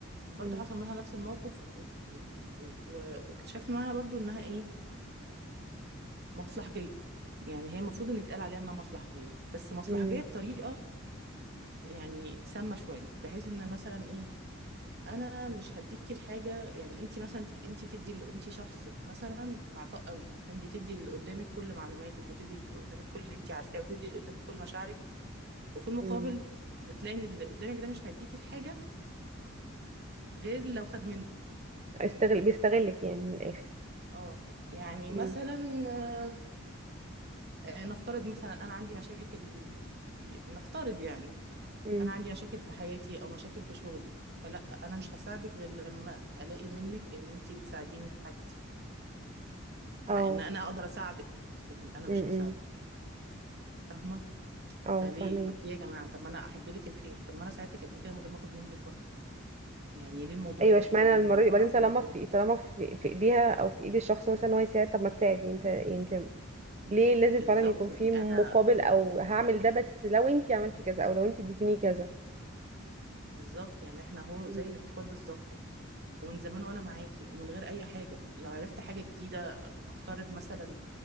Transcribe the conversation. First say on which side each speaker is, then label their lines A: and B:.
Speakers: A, on the right; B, on the right.
A: برضه
B: مم.
A: حصل منها نفس الموقف وك- و- و- و- واكتشفت معاها برضه انها ايه مصلحجية يعني هي المفروض ان يتقال عليها انها مصلحجية بس مصلحجية
B: امم
A: بطريقة يعني سامة شوية بحيث ان مثلا ايه انا مش هديكي الحاجه يعني انت مثلا ت- انت تدي ل- انت شخص مثلا معطاء قوي فانت تدي اللي قدامك كل معلوماتك وتدي اللي قدامك كل اللي انت عارفاه وتدي اللي قدامك كل مشاعرك وفي المقابل
B: مم.
A: بتلاقي ان اللي قدامك ده مش هيديكي الحاجه غير لو خد منك
B: استغل بيستغلك يعني من الاخر
A: اه يعني
B: مم.
A: مثلا آه، آه، نفترض مثلا انا عندي مشاكل نفترض يعني
B: مم.
A: انا عندي مشاكل في حياتي او مشاكل في شغلي فلا انا مش هساعدك غير لما الاقي منك ان انت بتساعديني في حاجتي مع
B: او
A: ان انا اقدر اساعدك لكن انا
B: مم.
A: مش هساعدك فاهمه
B: او
A: فليه
B: فهميكي
A: طب ليه يا جماعه طب ما انا احب لك الخير طب ما انا ساعدتك قبل كده من غير ما اخد منك برضه يعني ليه الموضوع
B: ايوه
A: يبقى
B: اشمعنى
A: كده بينا
B: المره
A: واحنا
B: دي بعدين
A: اصلا
B: طالما
A: اخوات
B: في طالما في, في ايديها او في ايد الشخص مثلا ان هو يساعد طب ما تساعد يعني انت يعني انت ليه لازم
A: بالظبط
B: فعلا يكون في
A: يعني
B: مقابل
A: انا
B: او هعمل ده بس لو انت عملتي كذا او لو انت اديتيني كذا
A: بالظبط يعني احنا هو
B: مم.
A: زي الاخوات بالظبط ومن زمان وانا معاكي ومن غير اي حاجه لو عرفت حاجه جديده نفترض مثلا